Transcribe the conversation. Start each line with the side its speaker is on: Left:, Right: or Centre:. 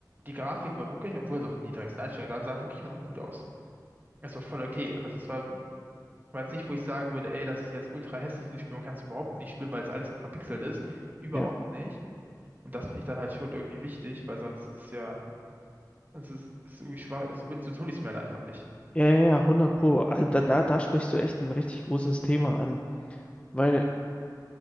Right: Die Grafik war wirklich, obwohl es auf den niedrigsten Einstellungen sah, sah wirklich immer noch gut aus. Es war voll okay. Also es war, war jetzt nicht, wo ich sagen würde, ey, das ist jetzt ultra hässlich, dieses Spiel. Man kann es überhaupt nicht spielen, weil es alles nur verpixelt ist. Überhaupt
Left: Ja.
Right: nicht. Und das finde ich dann halt schon irgendwie wichtig, weil sonst ist es ja, sonst ist es ist irgendwie schwach, so, will- so tue ich es mir halt einfach nicht.
Left: Ja, ja, ja, 100 Pro. Also Da, da, da sprichst du echt ein richtig großes Thema an. Weil